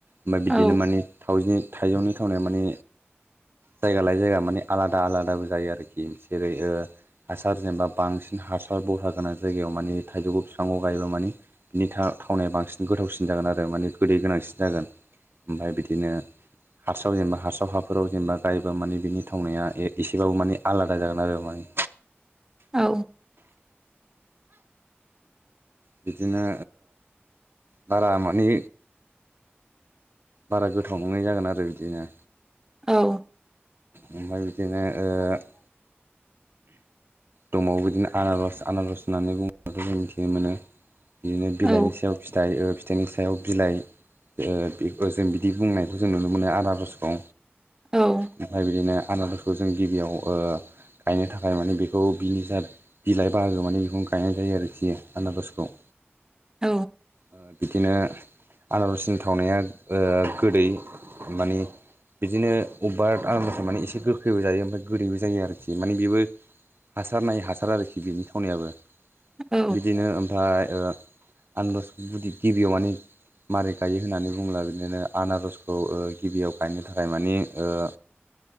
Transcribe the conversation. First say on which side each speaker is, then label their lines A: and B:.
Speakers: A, on the right; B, on the right.
A: ओमफ्राय बिदिनो
B: औ
A: माने <unintelligible> थाइजौनि थावनाया माने जायगा लाय जायगा माने आलादा आलादाबो जायो आरोखि जेरै ओ हासार जेनेबा बांसिन हासार बरहा गोनां जायगायाव माने थाइजौखौ बिफांखौ गायोबा माने बिनि था-थावनाया बांसिन गोथावसिन जागोन आरो माने गोदै गोनांसिन जागोन ओमफ्राय बिदिनो हास्राव जेनेबा हास्राव हाफोराव जेनेबा गायोबा माने बिनि थावनाया ए-एसेबाबो माने आलादा जागोन आरो माने।
B: औ।
A: बिदिनो बारा माने बारा गोथाव नङै जागोन आरो बिदिनो।
B: औ।
A: ओमफ्राय बिदिनो ओ दंबावो बिदिनो आनारस आनारस होननानै बुङोबो जों मिथिनो मोनो। बिदिनो बिलाइनि
B: औ
A: सायाव फिथाइ बिनि सायाव बिलाइ ओ बेखौ जों बिदि बुंनायखौ जों नुनो मोनो आनारसखौ।
B: औ।
A: ओमफ्राय बिदिनो आनारसखौ जों गिबियाव ओ गायनो थाखाय माने बेखौ बिनि जा बिलाइ बाहागो माने बेखौनो गायनाय जायो आरोखि आनारसखौ
B: औ
A: ओ बिदिनो आनारसनि थावनाया ओ गोदै मानि बिदिनो अबेबा आनारसआ माने एसे गोखैबो जायो ओमफाय गोदैबो जायो आरोखि। माने बेबो हासार नायै हासार आरोखि बिनि थावनायाबो।
B: औ
A: बिदिनो ओमफाय ओ आनारस गुदि गिबियाव मानि मारै गायो होननानै बुंब्ला बिदिनो आनारसखौ ओ गिबियाव गायनो थाखाय मानि ओ